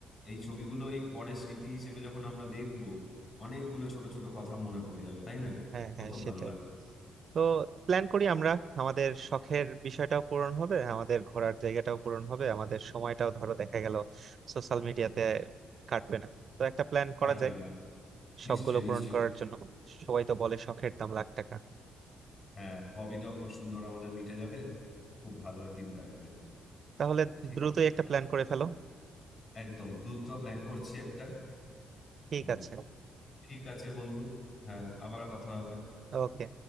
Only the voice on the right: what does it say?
হ্যাঁ
হ্যাঁ সেটাই
তো প্ল্যান করি আমরা আমাদের শখের বিষয়টাও পূরণ হবে আমাদের ঘোরার জায়গাটাও পূরণ হবে আমাদের সময়টাও ধরো দেখা গেল সোশ্যাল মিডিয়াতে কাটবে না তো একটা প্ল্যান
করা যায়
শখগুলো
পূরণ
করার জন্য সবাই তো বলে শখের দাম লাখ টাকা
তাহলে
দ্রুতই
একটা প্ল্যান করে ফেলো
ঠিক
আছে
ওকে